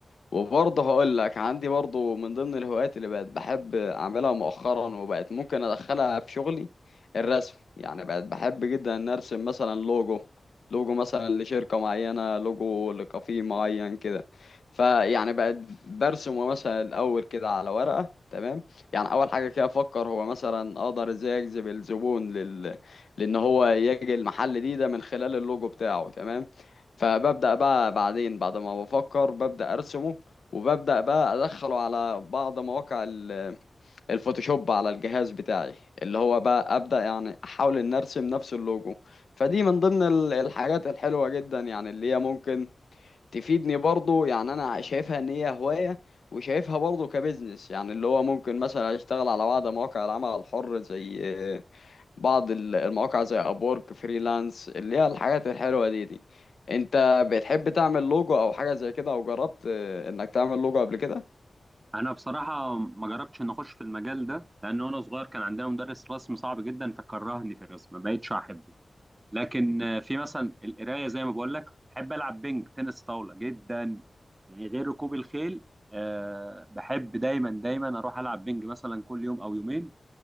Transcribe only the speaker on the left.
وبرضه هقول لك عندي برضه من ضمن الهوايات اللي بقت بحب اعملها مؤخرا وبقت ممكن ادخلها في شغلي الرسم يعني بقت بحب جدا ان ارسم مثلا لوجو لوجو مثلا لشركة معينة لوجو لكافيه معين كده فيعني بقت برسمه مثلا الاول كده على ورقة تمام يعني اول حاجة كده افكر هو مثلا اقدر ازاي اجذب الزبون لل... لان هو يجي المحل دي ده من خلال اللوجو بتاعه تمام فببدأ بقى بعدين بعد ما بفكر ببدأ ارسمه وببدأ بقى أدخله على بعض مواقع ال- الفوتوشوب على الجهاز بتاعي اللي هو بقى أبدأ يعني أحاول إن أرسم نفس اللوجو فدي من ضمن ال- الحاجات الحلوة جدا يعني اللي هي ممكن تفيدني برضو يعني أنا شايفها إن هي هواية وشايفها برضو كبزنس يعني اللي هو ممكن مثلا أشتغل على بعض مواقع العمل الحر زي آه، بعض ال- المواقع زي أبورك فريلانس اللي هي الحاجات الحلوة دي دي أنت بتحب تعمل لوجو أو حاجة زي كده أو جربت آه، إنك تعمل لوجو قبل كده؟